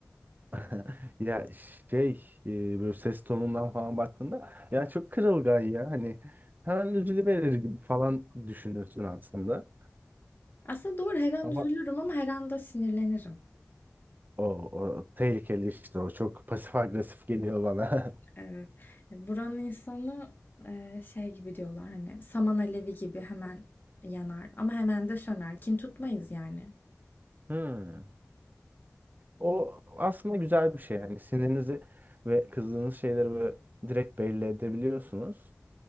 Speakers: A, on the right; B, on the left.
A: <laughs> Ya şey e, böyle ses tonundan falan baktığında ya çok kırılgan ya hani hemen üzülüverir gibi falan düşünürsün aslında.
B: Aslında doğru her an
A: Ama
B: üzülürüm ama her anda sinirlenirim.
A: o, o tehlikeli işte o çok pasif agresif geliyor bana.
B: Evet. E, Buranın insanı e, şey gibi diyorlar hani saman alevi gibi hemen yanar ama hemen de söner. Kin tutmayız yani.
A: <laughs> Hmm. O aslında güzel bir şey yani sinirinizi ve kızdığınız şeyleri böyle direkt belli edebiliyorsunuz.